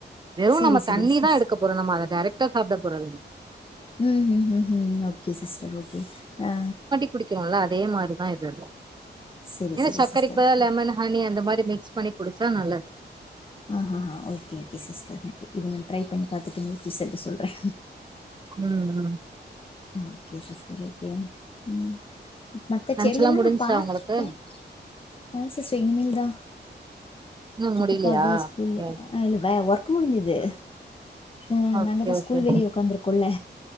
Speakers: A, on the right (about 25°); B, on the left (about 30°).
A: வெறும்
B: செரி
A: நம்ம
B: செரி
A: தண்ணி
B: சிஸ்
A: தான் எடுக்க போறோம் நம்ம அத டேரக்டா சாப்ட போறதுல்ல
B: ம் ம் ம் ம் ஓகே சிஸ்டர் ஓகே ஆ
A: குடிக்கிறோல்ல அதே மாரிதா இது <inaudible>
B: சரி
A: ஏன்னா
B: சரி
A: சக்கரைக்
B: சிஸ்டர்
A: பதில்
B: ஓகே
A: லெமனு அது நீ அந்த மாரி மிக்ஸ் பண்ணி குடிச்சா நல்லது
B: ஆ ஆ ஆ ஓகே ஓகே சிஸ்டர் ஓகே இத நான் ட்ரை பண்ணி பாத்துட்டு உங்குளுக்கு ரிசல்ட் சொல்றேன்
A: ம் ம்
B: ஓகே சிஸ்டர் ஓகே ம் ம் மத்த
A: லன்ச்லா
B: செடி எல்லா
A: முடிஞ்ச்சா
B: நா பாத்துருக்கே
A: உங்களுக்கு
B: ஆ சிஸ்டர் இனிமேல் தா
A: இன்னு
B: இதுக்காக
A: முடியலையா
B: ஸ்கூல்ல
A: ஓகே
B: ஆ இல்ல வே ஒர்க் முடிஞ்சிது ஆ
A: ஓகே
B: நாங்க தா ஸ்கூல்
A: ஓகே.
B: வெளியே உக்காந்துருக்கோல்ல